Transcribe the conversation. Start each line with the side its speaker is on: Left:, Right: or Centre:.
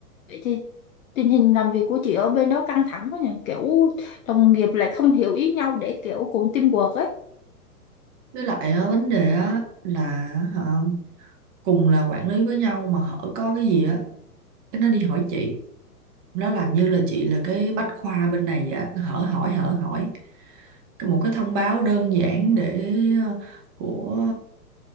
Left: vậy thì tình hình làm việc của chị ở bên đó căng thẳng quá nhỉ kiểu đồng nghiệp lại không hiểu ý nhau để kiểu cùng teamwork ấy
Right: với lại á, vấn đề á là hả, cùng là quản lý với nhau mà hở có cái gì á cái nó đi hỏi chị nó làm như là chị là cái bách khoa bên này vậy á, cứ hở hỏi hở hỏi Cái- một cái thông báo đơn giản để ờ, của